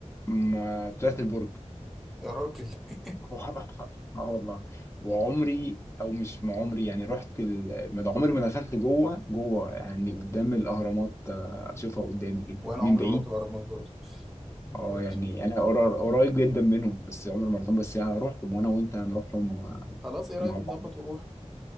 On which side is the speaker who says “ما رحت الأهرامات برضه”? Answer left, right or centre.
Centre